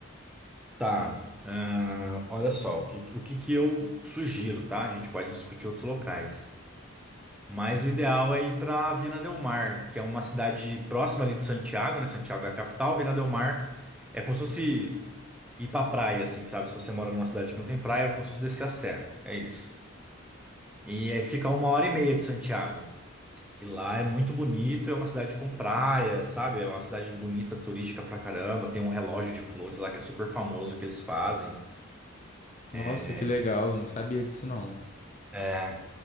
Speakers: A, in the centre; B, on the left (about 35°).
A: tá. Ah, olha só, o que, o que que eu sugiro, tá? A gente pode discutir outros locais. Mas o ideal é ir para Vina del Mar, que é uma cidade próxima ali de Santiago, né? Santiago é a capital, Vina del Mar é como se fosse ir pra praia, assim, sabe? Se você mora numa cidade que não tem praia, é como se fosse descer a serra. É isso. E aí fica uma hora e meia de Santiago. E lá é muito bonito, é uma cidade com praia, sabe? É uma cidade bonita, turística pra caramba. Tem um relógio de flores lá que é super famoso que eles fazem.
B: Nossa,
A: É,
B: que legal, eu não sabia disso não.
A: é,